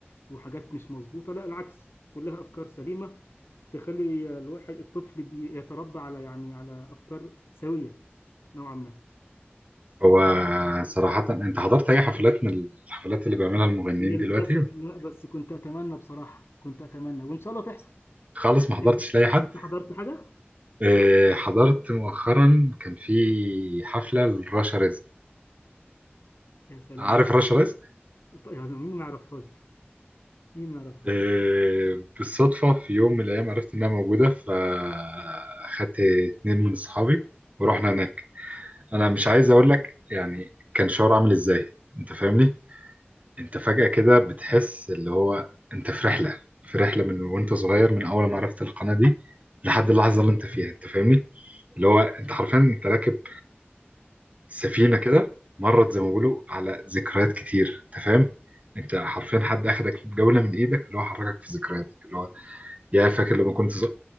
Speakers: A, on the left; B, on the right.
A: وحاجات مش مظبوطه لا العكس كلها افكار سليمه تخلي الواحد الطفل بيتربى على يعني على افكار سويه نوعا ما
B: هو صراحة أنت حضرت أي حفلات من الحفلات اللي بيعملها المغنيين
A: للاسف
B: دلوقتي؟
A: لا بس كنت اتمنى بصراحه كنت اتمنى وان شاء الله تحصل
B: خالص ما حضرتش
A: انت
B: لأي حد؟
A: انت حضرت حاجه
B: آه، حضرت مؤخرا كان في حفلة لرشا رزق
A: يا سلام
B: عارف رشا رزق
A: طيب يعني مين ما يعرفهاش دي مين ما يعرفهاش
B: آه، بالصدفة في يوم من الأيام عرفت إنها موجودة فأخدت اتنين من أصحابي ورحنا هناك أنا مش عايز أقول لك يعني كان شعور عامل إزاي أنت فاهمني أنت فجأة كده بتحس اللي هو أنت في رحلة في رحلة من وأنت صغير من أول ما عرفت القناة دي لحد اللحظة اللي أنت فيها أنت فاهمني اللي هو أنت حرفيا أنت راكب سفينة كده مرت زي ما بيقولوا على ذكريات كتير انت فاهم انت حرفيا حد اخدك جولة من ايدك اللي هو حركك في ذكرياتك اللي هو يا فاكر لما كنت صغ-